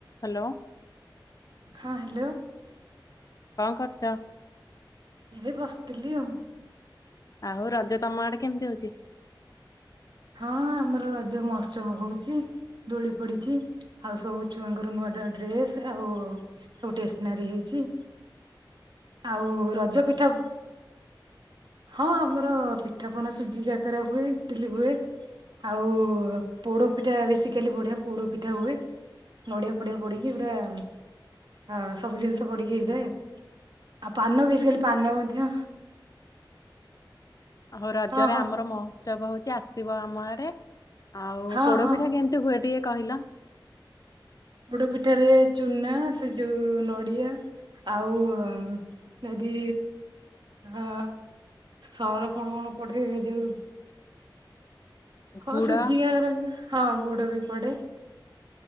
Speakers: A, on the left; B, on the right.
A: Hello.
B: ହଁ hello.
A: କଣ କରୁଚ?
B: ଏ ବସିଥିଲି ଆଉ।
A: ଆଉ ରଜ ତମ ଆଡେ କେମତି ହୋଉଛି?
B: ହଁ ଆମର ରଜ ମହୋତ୍ସବ ହୋଉଛି। ଦୋଳି ପଡିଛି ଆଉ ସବୁ ଛୁଆଙ୍କର ନୂଆ ଡ୍ ନୂଆ ଡ୍ରେସ ଆଉ ଆଉ ଟେସ୍ନାରି ହେଇଛି। ଆଉ ରଜ ପିଠା ହଁ ଆମର ପିଠାପଣା ସୁଜି କାକରା ହୁଏ ଇଟିଲି ହୁଏ। ଆଉ ପୋଡ ପିଠା ବେଶୀକାଲି ବଢିଆ ପୋଡ ପିଠା ହୁଏ। ନଡିଆ ଫଡିଆ ପଡିକି ପୁରା ଆ ସବୁ ଜିନିଷ ପଡିକି ହେଇଥାଏ। ଆଉ ପାନ ବେସିକାଲି ପାନ ମଧ୍ୟ
A: ହଉ ରଜରେ
B: ହଁ ହଁ
A: ଆମର ମହୋତ୍ସବ ହୋଉଛି ଆସିବ ଆମ ଆଡେ ଆଉ
B: ହଁ
A: ପୋଡପିଠା
B: ହଁ
A: କେମତି ତୁ ହୁଏ ଟିକେ କହିଲ?
B: ପୋଡ ପିଠାରେ ଚୁନା ସେ ଯୋଉ ନଡିଆ ଆଉ ଯଦି ହ ସ ର କଣ କଣ ପଡିବ ଯୋଉ ହଁ
A: ଗୁଡ
B: ସୁଜି କାକରା ହଁ ଗୁଡ ବି ପଡେ।